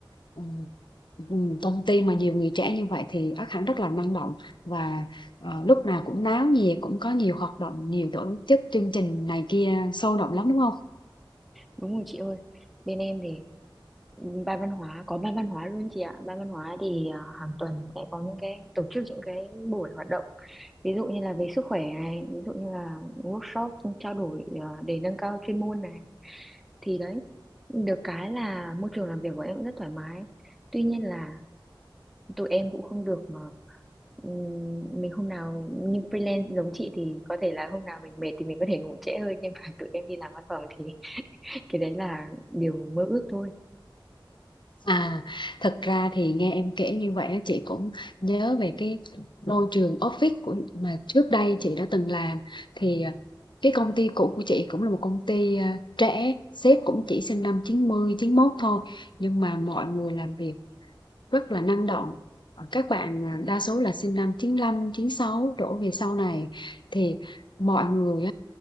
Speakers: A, on the left; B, in the centre.
A: Ừm, ừm, Công ty mà nhiều người trẻ như vậy thì ác hẳn rất là năng động và ờ, lúc nào cũng náo nhiệt, cũng có nhiều hoạt động, nhiều tổ chức chương trình này kia sôi động lắm đúng không?
B: Đúng rồi chị ơi, bên em thì ừ, ban văn hóa, có ban văn hóa luôn chị ạ. Ban văn hóa thì à, hàng tuần sẽ có những cái tổ chức những cái buổi hoạt động. Ví dụ như là về sức khỏe này, ví dụ như là workshop trao đổi à, để nâng cao chuyên môn này. Thì đấy, được cái là môi trường làm việc của em cũng rất thoải mái. Tuy nhiên là tụi em cũng không được à, ừm, mình hôm nào như freelance giống chị thì có thể là hôm nào mình mệt thì mình có thể ngủ trễ hơn nhưng mà tụi em đi làm văn phòng thì <laughs> cái đấy là điều mơ ước thôi
A: À, thật ra thì nghe em kể như vậy á, chị cũng nhớ về cái môi trường office của mà trước đây chị đã từng làm thì à, cái công ty cũ của chị cũng là một công ty à, trẻ sếp cũng chỉ sinh năm chín mươi chín mốt thôi nhưng mà mọi người làm việc rất là năng động Ờ, các bạn à, đa số là sinh năm chín lăm, chín sáu đổ về sau này thì mọi người